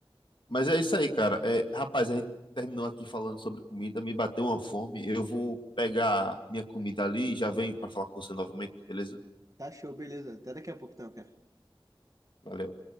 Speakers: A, on the left; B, on the right.
A: mas é isso aí, cara. É, rapaz, a gente terminou aqui falando sobre comida, me bateu uma fome. Eu vou pegar minha comida ali e já venho para falar com você novamente, beleza?
B: Tá show, beleza. Até daqui a pouco, então, cara.
A: Valeu.